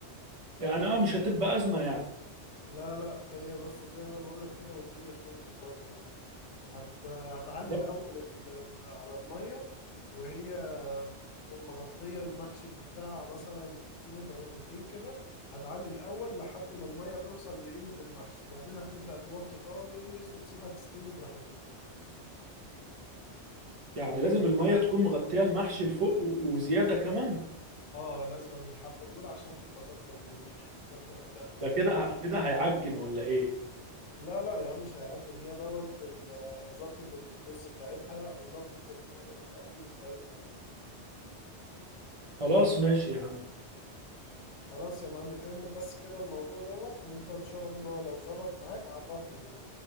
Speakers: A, on the right (about 40°); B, on the left (about 80°).
A: يعني اه مش هتبقى أزمة يعني
B: لا لا هي بس زي ما انا بقول لك كده والدنيا هتظبط برضو معاك هت... هتعلي
A: تمام.
B: الاول ال... ال- على الميه وهي مغطيه المحشي بتاع مثلا قيمه عقلتين كده هتعلي الاول لحد ما الميه توصل لقيمه المحشي بعدين هتبدا توطي خالص وتسيبها تستوي براحتها
A: يعني لازم المية تكون مغطية المحشي لفوق و- وزيادة كمان
B: اه لازم الحبه دول عشان تبقى ظابطه الدنيا يعني ظابطه الاداء
A: طب
B: كله
A: ده كده كده هيعجن ولا ايه
B: لا لا يا عم مش هيعجن هي دوت ال- ظبطه الرز بتاعتها وظبطه ال- المقادير بتاعتها يعني
A: خلاص ماشي يا عم
B: خلاص يا معلم اعمل بس كده الموضوع دوت وانت ان شاء الله لو ظبط معاك عرفني يعني